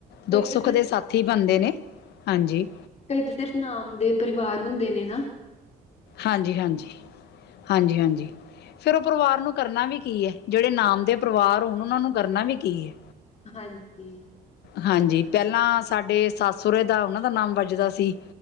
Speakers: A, on the left (about 40°); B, on the left (about 75°).
A: ਕਈ
B: ਦੁੱਖ-ਸੁੱਖ
A: ਤਾਂ ਸਿਰਫ
B: ਦੇ ਸਾ ਥੀ ਬਣਦੇ ਨੇ, ਹਾਂਜੀ।
A: ਕਈ ਤਾਂ, ਸਿਰਫ਼ ਨਾਮ ਦੇ ਪਰਿਵਾਰ ਹੁੰਦੇ ਨੇ ਨਾ।
B: ਹਾਂਜੀ- ਹਾਂਜੀ-ਹਾਂਜੀ-ਹਾਂਜੀ ਫਿਰ ਉਹ ਪਰਿਵਾਰ ਨੂੰ ਕਰਨਾ ਵੀ ਕੀ ਐ ਜਿਹੜੇ ਨਾਮ ਦੇ ਪਰਿਵਾਰ ਹੋਣ, ਉਹਨਾਂ ਨੂੰ ਕਰਨਾ ਵੀ ਕੀ ਏ।
A: ਹਾਂਜੀ।
B: ਹਾਂਜੀ, ਪਹਿਲਾਂ ਸਾਡੇ ਸੱਸ-ਸੋਰੇ ਦਾ, ਉਹਨਾਂ ਦਾ ਨਾਮ ਵੱਜਦਾ ਸੀ।